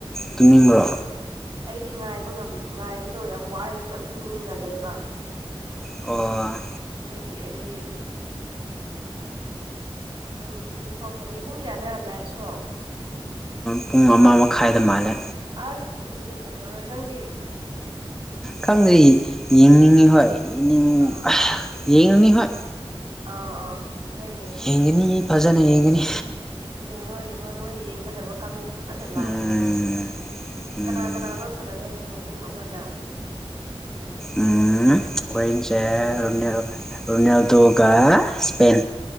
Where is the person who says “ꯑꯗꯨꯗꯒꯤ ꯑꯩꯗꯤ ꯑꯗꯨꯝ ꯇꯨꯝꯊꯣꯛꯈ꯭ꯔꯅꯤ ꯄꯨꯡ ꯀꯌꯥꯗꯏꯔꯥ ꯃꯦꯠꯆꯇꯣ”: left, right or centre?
Right